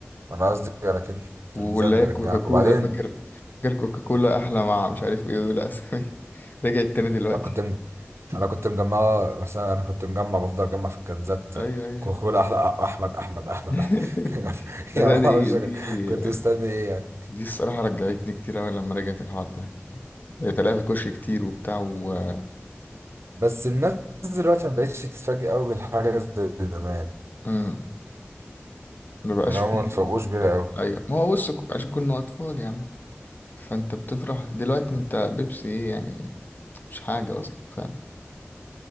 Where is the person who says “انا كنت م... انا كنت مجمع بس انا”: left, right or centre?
Right